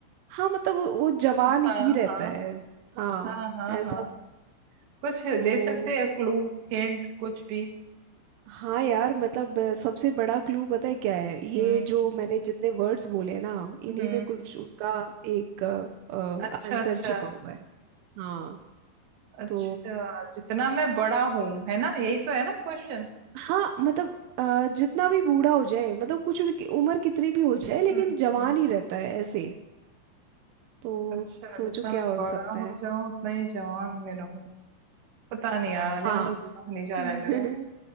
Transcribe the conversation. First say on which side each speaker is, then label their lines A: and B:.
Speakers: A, on the right; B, on the right.
A: हाँ मतलब वो, वो जवान
B: हाँ
A: ही रहता
B: हाँ
A: है हाँ
B: हाँ हाँ
A: ऐसा
B: हाँ कुछ
A: तो
B: दे सकते हैं क्लू हिंट कुछ भी
A: हाँ यार मतलब अ, सबसे बड़ा क्लू पता है क्या है ये
B: हम्म
A: जो मैंने जितने वर्ड्स बोले हैं ना इन्हीं
B: हम्म
A: में कुछ उसका एक
B: अच्छा
A: आंसर
B: अच्छा
A: छिपा हुआ है हाँ
B: अच्छा
A: तो
B: जितना मैं बड़ा हूँ है ना यही तो है ना क्वेश्चन
A: हाँ मतलब अ, जितना भी बूढ़ा हो जाए मतलब कुछ भी उम्र कितनी भी हो जाए
B: हम्म
A: लेकिन जवान
B: हम्म,
A: ही रहता है ऐसे तो
B: अच्छा
A: सोचो
B: जितना मैं
A: क्या हो
B: बड़ा
A: सकता
B: हो
A: है
B: जाऊं उतना ही जवान में रहूं पता नहीं यार
A: हाँ
B: यहाँ तक दिमाग नहीं
A: ओके
B: जा रहा है मेरा